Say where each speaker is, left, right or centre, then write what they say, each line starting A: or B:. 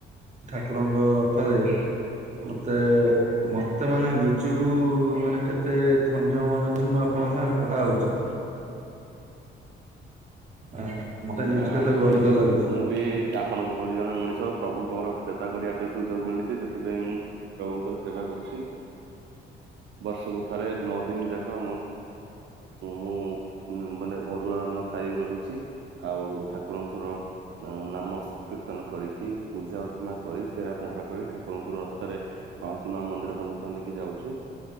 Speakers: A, on the right; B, on the right.
A: ଠାକୁରଙ୍କ ରଥରେ
B: ହୁଁ
A: ମତେ
B: ହୁଁ।
A: ମତେ ମାନେ ନିଜୁ କୁ ମାନେ କେତେ ଧନ୍ୟ ମନେ କରୁଚି, ମୁଁ ଆପଣଙ୍କ ସାଙ୍ଗରେ କଥା ହଉଚି। ମତେ ନିଜକୁ
B: ନା
A: କେତେ ଗର୍ବିତ
B: ଭାଇ
A: ଲାଗୁଛି।
B: ମୁଁ ମୁଁ ବି ଆପଣଙ୍କ ପରି ଜଣେ ମଣିଷ ପ୍ରଭୁଙ୍କର ସେବା କରିବା ପାଇଁ ସୁଯୋଗ ମିଳିଛି ସେଥିପାଇଁ ପ୍ରଭୁଙ୍କର ସେବା କରୁଚି, ବର୍ଷକୁ ଥରେ ନଅ ଦିନ ଯାକ ମୁଁ ମୁଁ ମାନେ ଅରୁଆ ଅର୍ନ ଖାଇ ରହି ଛି ଆଉ ଠାକୁରଙ୍କର ଅ ନାମ କୀର୍ତ୍ତନ କରିକି ପୂଜା ଅର୍ଚ୍ଚନା କରି ଚେରା ପହଁରା କରି ଠାକୁରଙ୍କୁ ରଥରେ ମାଉସୀ ମା ମନ୍ଦିର ପର୍ଯ୍ୟନ୍ତ ନେଇକି ଯାଉଚୁ